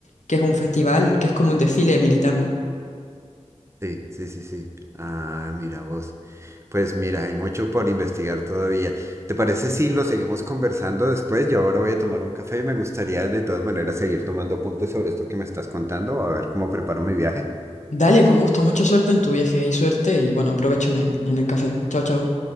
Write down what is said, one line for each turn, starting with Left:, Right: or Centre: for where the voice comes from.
Left: que es un festival, que es como un desfile militar, ¿no?
Right: Sí, sí, sí, sí. Ah, mira vos. Pues mira, hay mucho por investigar todavía. ¿Te parece si lo seguimos conversando después? Yo ahora voy a tomar un café y me gustaría de todas maneras seguir tomando apuntes sobre esto que me estás contando, a ver cómo preparo mi viaje.
Left: Dale, con gusto, mucha suerte en tu viaje y suerte y bueno, provecho en el, en el café. Chao, chao.